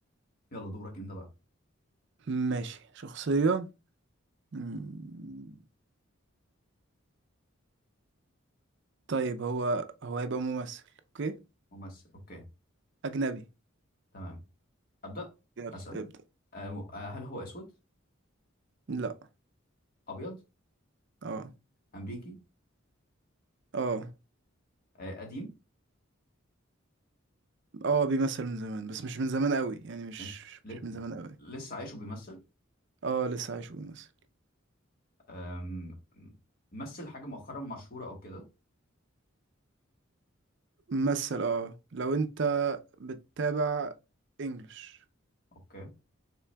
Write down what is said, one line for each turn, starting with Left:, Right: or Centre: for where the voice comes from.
Left: يلا دورك انت بقى
Right: ماشي شخصية مم. طيب هو هو هيبقى ممثل اوكي
Left: ممثل اوكي
Right: اجنبي
Left: تمام أبدأ
Right: يلا
Left: أسأل
Right: ابدأ
Left: آه، آه، هل هو أسود
Right: لا
Left: أبيض
Right: اه
Left: أمريكي
Right: اه
Left: آه، قديم
Right: اه بيمثل من زمان بس مش من زمان قوي يعني مش
Left: ماشي ل-
Right: مش من زمان قوي
Left: لسه عايش وبيمثل
Right: اه لسه عايش وبيمثل
Left: آم، مثل حاجة مؤخرا مشهورة أو كده
Right: ممثل اه لو انت بتتابع انجلش
Left: أوكي